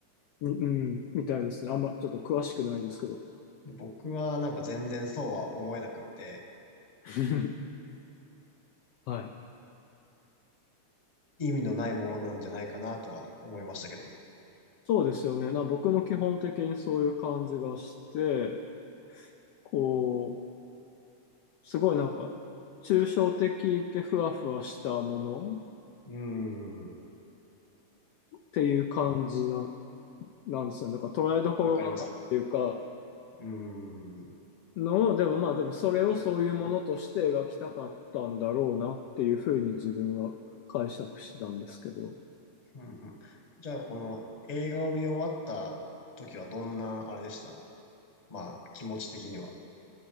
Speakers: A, on the left; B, on the left.
A: みうん、みたいですね。あんまちょっと詳しくないですけど。
B: で、僕はなんか全然そうは思えなくって
A: <laughs> はい。
B: 意味のないものなんじゃないかなとは思いましたけど。
A: そうですよね。な僕も基本的にそういう感じがして、こう、すごいなんか、抽象的でふわふわしたもの
B: うーん、
A: っていう感じな、なんですよね。だから捉えどころがないっていうか、
B: わかります。うーん。
A: のを、でもまあでもそれをそういうものとして描きたかったんだろうなっていうふうに自分は解釈したんですけど。
B: ふんふんじゃあこの映画を見終わった時はどんなあれでしたまあ気持ち的には。